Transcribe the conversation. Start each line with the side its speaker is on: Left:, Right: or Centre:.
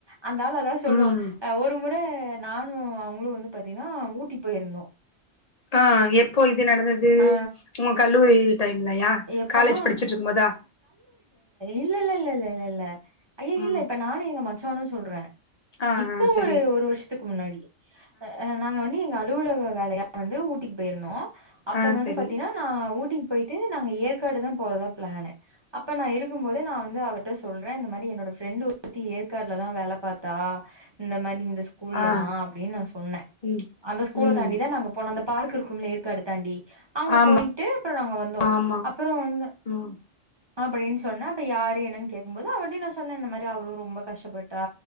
Right: அந்தாள் அதா சொல்லு
Left: ம்
Right: அஹ் ஒரு முற நானு அவ் அவுங்களு வந்து பாத்தீங்கன்னா ஊட்டி போயிருந்தோ
Left: ஆஹ் எப்போ இது நடந்தது
Right: ஆ
Left: உங்க கல்லூரி டைம்லயா
Right: எப்பனா
Left: காலேஜ் படிச்சிட்ருக்கும் போதா
Right: இல்லல்லல்லல்லல்லல்ல ஐய இல்ல
Left: ம்
Right: இப்ப நானு எங்க மச்சானு சொல்ற
Left: ஆ
Right: இப்போ
Left: ஆ சரி
Right: ஒரு ஒரு வருஷத்துக்கு முன்னாடி ஆ நாங்க வந்து எங்க அலுவலக வேலையா வந்து ஊட்டிக்கு போய்ருந்தோ அப்ப
Left: ஆ
Right: வந்து
Left: சரி
Right: பாத்தீங்கன்னா நா ஊட்டிக்கு போய்ட்டு நாங்க ஏற்காடு தா போறதா ப்ளானு அப்ப நா இருக்கும் போதே நா வந்து அவர்ட்ட சொல்றே இந்த மாரி என்னோட ஃப்ரெண்டு ஒருத்தி ஏற்காட்லதா வேல பாத்தா இந்த மாரி இந்த ஸ்கூல்ல
Left: ஆ
Right: தா அப்டின் நா சொன்ன
Left: ம்
Right: அந்த ஸ்கூல்ல
Left: ம்
Right: தாண்டிதா நாங்க போனோமே பார்க் இருக்கும்ல ஏற்காடு தாண்டி அங்க
Left: ஆமா
Right: போய்ட்டு அப்றோ நாங்க வந்தோ
Left: ஆமா
Right: அப்பறோ வந்து
Left: ம்
Right: அப்டின் சொன்ன அப்ப யாரு என்னன்னு கேடக்கும் போது அவுங்கட்டயு நா சொன்ன இந்த மாரி அவளு ரொம்ப கஷ்டப்பட்டா